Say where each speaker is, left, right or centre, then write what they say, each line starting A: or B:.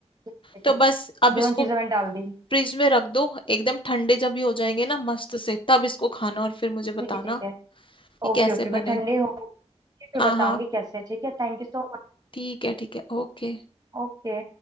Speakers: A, on the right; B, on the left.
A: ठीक है ठीक
B: तो
A: है।
B: बस अब
A: दोनों
B: इसको
A: चीजें मैंने डाल दी
B: फ्रिज में रख दो एकदम ठंडे जब ये हो जाएंगे ना मस्त से तब इसको खाना और फिर मुझे
A: ठीक
B: बताना
A: है ठीक है
B: कि
A: ओके
B: कैसे
A: ओके मैं
B: बने
A: ठंडी हो फिर
B: हाँ
A: बताऊंगी
B: हाँ
A: कैसे ठीक है थैंक यू सो
B: ठीक है ठीक है ओके
A: ओके